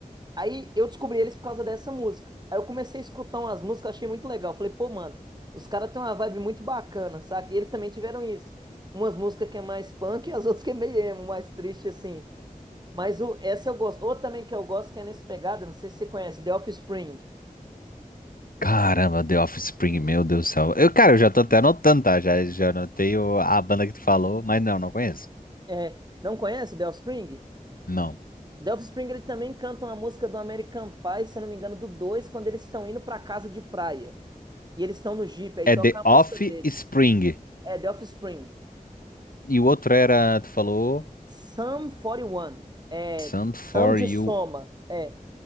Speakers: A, on the right; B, on the left.
A: Aí eu descobri eles por causa dessa música. Aí eu comecei a escutar umas músicas, achei muito legal. Falei, pô, mano, os caras têm uma vibe muito bacana, saca? E eles também tiveram isso. Umas músicas que é mais punk e as <laughs> outras que é meio emo, mais triste assim. Mas o, essa eu gosto. Outra também que eu gosto que é nesse pegada, não sei se você conhece, The Offspring.
B: Caramba, The Offspring, meu Deus do céu. Eu, cara, eu já tô até anotando, tá? Já, já anotei o- a banda que tu falou, mas não, não conheço.
A: É, não conhece The Offspring?
B: Não.
A: The Offspring ele também canta uma música do American Pie, se eu não me engano, do 2, quando eles estão indo pra casa de praia. E eles estão no Jeep, aí
B: É
A: toca
B: The
A: a
B: Offspring.
A: música deles. É, The Offspring.
B: E o outro era, tu falou,
A: Sum 41. É.
B: Sun For
A: Sum de
B: You.
A: soma. É.